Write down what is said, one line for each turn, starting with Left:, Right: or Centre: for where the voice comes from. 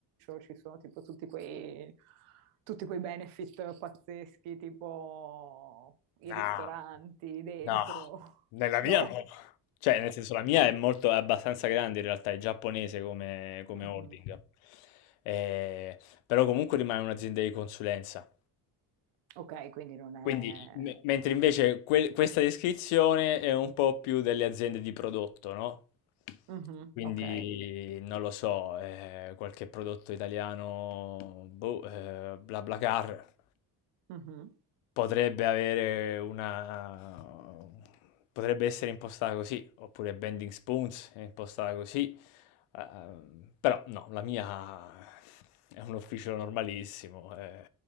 Right: ci sono tipo tutti quei, tutti quei benefit pazzeschi, tipo i
Left: No,
Right: ristoranti dentro.
Left: no,
Right: <laughs>
Left: nella
Right: No.
Left: mia no. Cioè, nel senso, la mia è molto, è abbastanza grande in realtà, è giapponese come, come
Right: Mhm.
Left: holding. Eh, però comunque rimane un'azienda di consulenza.
Right: Ok, quindi non è...
Left: Quindi, me- mentre invece que- questa descrizione è un po' più delle aziende di prodotto, no?
Right: Mhm,
Left: Quindi,
Right: Ok.
Left: non lo so, eh, qualche prodotto italiano, boh, eh, BlaBlaCar
Right: Mhm.
Left: potrebbe avere una... potrebbe essere impostata così, oppure Bending Spoons è impostata così, eh, però no, la mia è un ufficio normalissimo, eh,